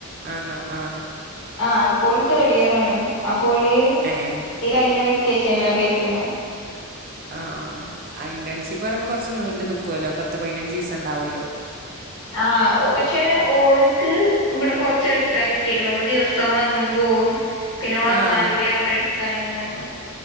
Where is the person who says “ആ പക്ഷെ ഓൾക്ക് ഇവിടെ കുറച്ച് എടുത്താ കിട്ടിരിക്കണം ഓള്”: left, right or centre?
Left